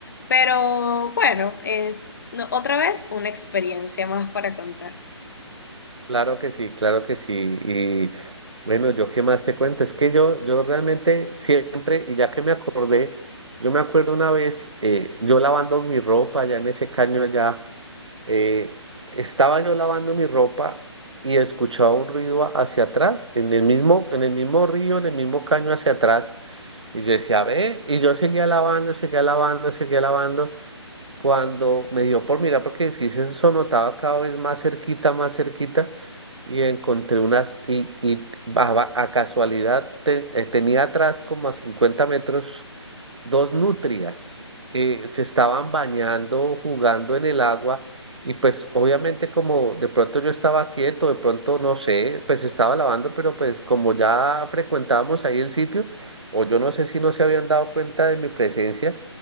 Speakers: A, on the left; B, on the right.
A: Pero bueno, eh, no, otra vez una experiencia más para contar.
B: Claro que sí, claro que sí. Y bueno, yo qué más te cuento, es que yo, yo realmente siempre, y ya que me acordé, yo me acuerdo una vez, eh, yo lavando mi ropa allá en ese caño allá. eh, estaba yo lavando mi ropa y escuchaba un ruido a- hacia atrás, en el mismo, en el mismo río, en el mismo caño hacia atrás. Y yo decía, ve, y yo seguía lavando, seguía lavando, seguía lavando cuando me dio por mirar, porque sí se sonotaba cada vez más cerquita, más cerquita, y encontré unas, y, y a, va- a casualidad te- eh, tenía atrás como a 50 metros dos nutrias, eh, se estaban bañando, jugando en el agua, y pues obviamente como de pronto yo estaba quieto, de pronto no sé, pues estaba lavando, pero pues como ya frecuentábamos ahí el sitio, o yo no sé si no se habían dado cuenta de mi presencia,